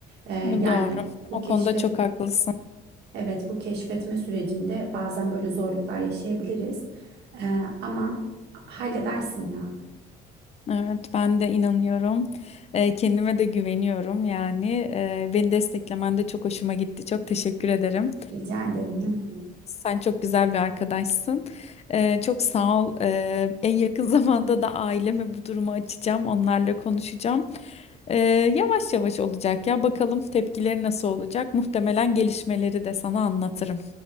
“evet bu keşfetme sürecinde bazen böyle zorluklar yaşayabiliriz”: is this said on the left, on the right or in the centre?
Right